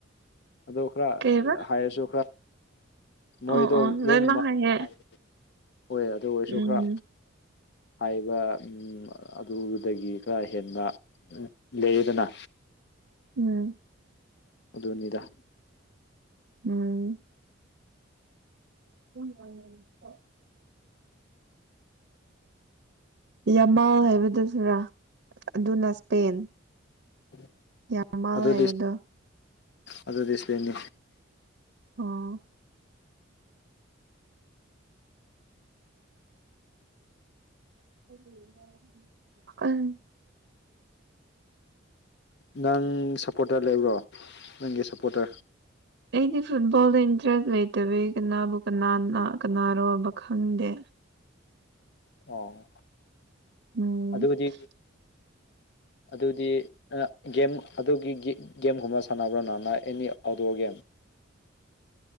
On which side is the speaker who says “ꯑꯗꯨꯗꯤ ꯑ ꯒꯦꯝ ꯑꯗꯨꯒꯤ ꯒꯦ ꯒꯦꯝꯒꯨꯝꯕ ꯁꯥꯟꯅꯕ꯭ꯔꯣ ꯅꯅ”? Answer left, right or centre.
Left